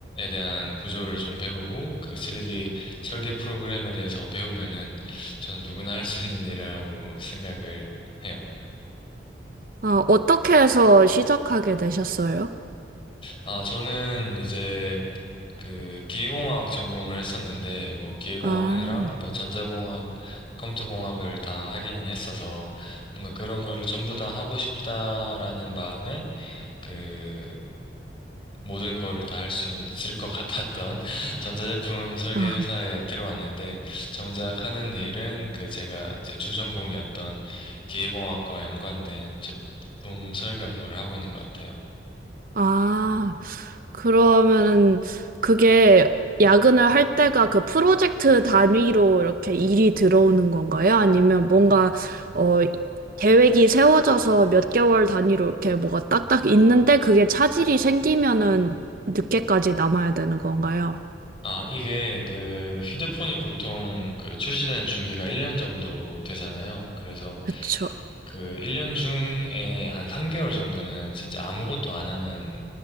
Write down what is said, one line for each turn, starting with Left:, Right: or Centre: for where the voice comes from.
Left: 대한 구조를 좀 배우고 그 3D 설계 프로그램에 대해서 배우면은 저는 누구나 할 수 있는 일이라고 생각을 해요.
Right: 아,
Left: 음.
Right: 어떻게 해서 시작하게 되셨어요?
Left: 아, 저는 이제 그 기계공학 전공을 했었는데 뭐 기계공학이랑
Right: 아.
Left: 뭐 전자공학, 컴퓨터공학을 다 하기는 했어서 뭔가 그런 거를 전부 다 하고 싶다라는 마음에 그 모든 거를 다 할 수 있을 것 같았던 <laughs> 전자제품 설계
Right: 아.
Left: 회사에 들어왔는데 정작 하는 일은 그 제가 이제 주전공이었던 기계공학과 연관된 제품 설계 업무를 하고 있는 것 같아요.
Right: 아, 그러면은 그게 야근을 할 때가 그 프로젝트 단위로 이렇게 일이 들어오는 건가요? 아니면 뭔가 어 계획이 세워져서 몇 개월 단위로 이렇게 뭐가 딱딱 있는데 그게 차질이 생기면은 늦게까지 남아야 되는 건가요?
Left: 아, 이게 그 휴대폰이 보통 그 출시된 주기가 1년 정도 되잖아요. 그래서
Right: 그쵸.
Left: 그 1년 중에 한 3개월 정도는 진짜 아무것도 안 하는